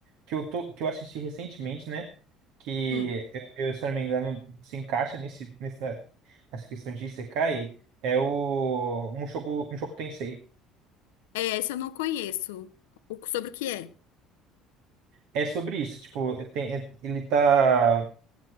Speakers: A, on the right; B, on the left.
A: que eu tô, que eu assisti recentemente, né? Que
B: Hum.
A: eu, eu, se eu não me engano, se encaixa nesse, nessa, nessa questão de Isekai, é o Mushoku, Mushoku Tensei.
B: É, esse eu não conheço. O, sobre o que é?
A: É sobre isso, tipo, tem- ele tá